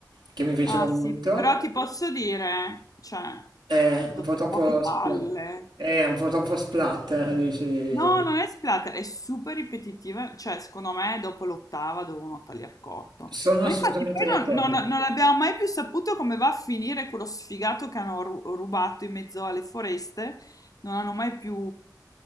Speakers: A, on the right (about 85°); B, on the left (about 55°).
A: che mi piaceva
B: Ah
A: molto.
B: sì, però ti posso dire, cioè,
A: È
B: dopo
A: un po' troppo
B: un po' che palle.
A: spla- è un po' troppo splatter, dici.
B: No, non è splatter, è super ripetitiva, cioè secondo me dopo l'ottava devono tagliar corto.
A: Sono
B: Ma
A: assolutamente
B: infatti poi
A: d'accordo.
B: non, non- non abbiamo mai più saputo come va a finire quello sfigato che hanno ru- rubato in mezzo alle foreste, non hanno mai più